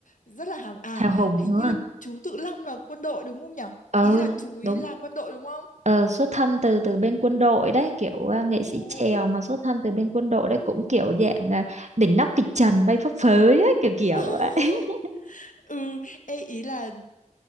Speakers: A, on the left; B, on the right.
A: rất là hào à
B: Hào Hùng
A: hình
B: đúng
A: như
B: không
A: chú Tự Long là quân đội đúng không nhở
B: ờ
A: ý là chú ý
B: đúng
A: làm quân đội đúng không
B: ờ, xuất thân từ từ bên quân đội đấy kiểu à, nghệ sĩ
A: Ồ,
B: chèo mà xuất thân từ bên quân đội đấy cũng kiểu dạng à, đỉnh nóc kịch trần bay phấp phới ấy, kiểu kiểu
A: <laughs>
B: vậy <laughs>
A: ừ ê ý là